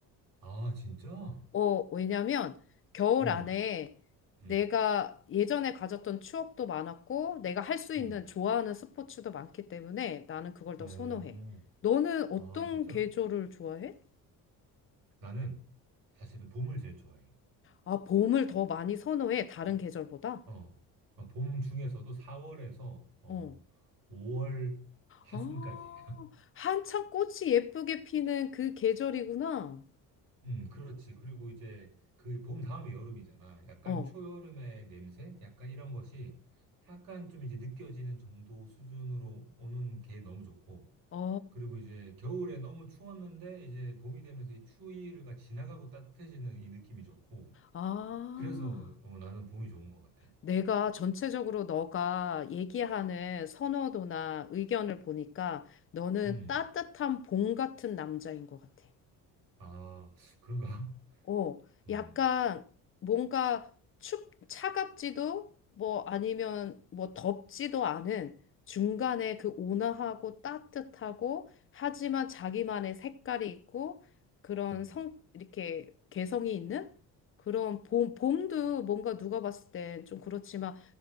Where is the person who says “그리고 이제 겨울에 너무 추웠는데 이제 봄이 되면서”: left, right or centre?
Right